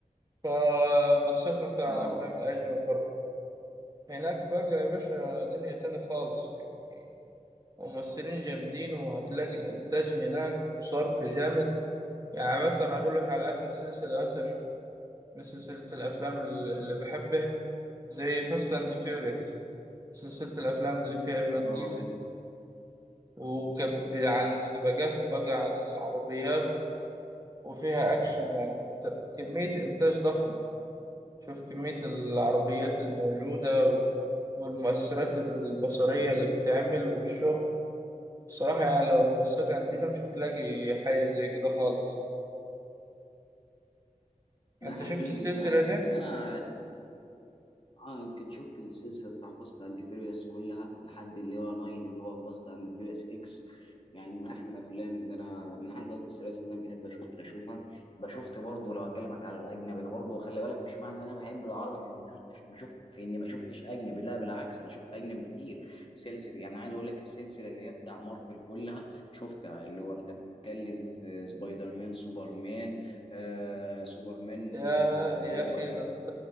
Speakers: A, on the right (about 25°); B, on the left (about 40°).
A: فبصيت مثلا على
B: اه
A: أفلام الأجنبي بره هناك بقى يا باشا دنيا تاني خالص يعني ممثلين جامدين وهتلاقي الإنتاج هناك وصرف جامد يعني مثلا أقول لك على آخر سلسلة مثلا من سلسلة الأفلام اللي بحبها زي فاست أند فيوريوس سلسلة الأفلام اللي فيها فان
B: اه والله
A: ديزل وكان عن السباقات وبقى عن العربيات وفيها أكشن يعني أنت- كمية إنتاج ضخمة شوف كمية العربيات الموجودة و- والمؤثرات البصرية اللي بتتعمل والشغل بصراحة يعني لو بصيت عندنا مش هتلاقي حاجة زي كده خالص
B: ده
A: أنت
B: حقيقي
A: شفت السلسلة
B: فعلا
A: دي؟
B: كده انا اه يمكن شفت السلسله بتاع فاست اند فيريوس كلها لحد اللي هو 9 اللي هو فاست اند فيريوس اكس يعني من احلى الافلام اللي انا من احلى قصدي السلاسل اللي انا بحب اشوف اشوفها بشوفت برضه لو اكلمك على الاجنبي انا برضه خلي بالك مش معنى ان انا بحب العربي في اني ما شفتش ما شفت في اني ما شفتش اجنبي لا بالعكس انا شفت اجنبي كتير سلسله يعني عايز اقول لك السلسله اللي هي بتاع مارفل كلها شفتها اللي هو انت بتتكلم في سبايدر مان سوبرمان آه سوبرمان
A: ياه
B: آه اللي
A: يا
B: هو
A: أخي ده أنت